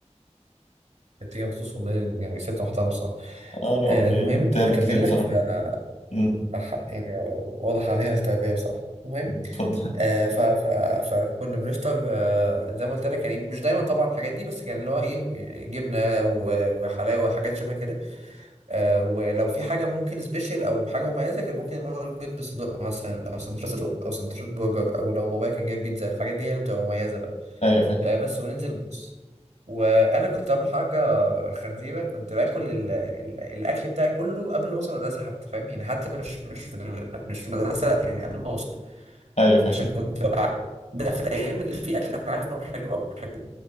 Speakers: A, on the right (about 75°); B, on the left (about 75°).
A: كانت بتيجي مخصوص والله يعني ست محترمه بصراحه.
B: اه لا
A: آه،
B: امي
A: المهم
B: تعبت
A: اكمل
B: كتير بصراحه
A: لك ف-
B: أمم.
A: أح- يعني واضح عليها التربيه بصراحه. المهم
B: اتفضل
A: آه، ف... ف... فكنا بنفطر آه، زي ما قلت لك يعني مش دايما طبعا الحاجات دي بس كان اللي هو ايه جبنه و- وحلاوه حاجات شبه كده آه، ولو في حاجه ممكن سبيشال او حاجه مميزه كان ممكن اللي هو البيض بصدق مثلا او سندوتش صدق او سندوتش برجر او لو بابايا كان جايب بيتزا الحاجات دي هي اللي بتبقى مميزه
B: ايوه فاهم
A: آه، بس وننزل بص وانا كنت عامل حركه خنزيره كنت باكل ال... ال... الاكل بتاعي كله قبل ما اوصل المدرسه حتى فاهم يعني حتى مش مش في ال... مش في المدرسه لأ، يعني قبل ما اوصل
B: ايوه فاهم
A: عشان كنت ببقى ده في الايام اللي في اكل انا عارف انه حلو او بحبه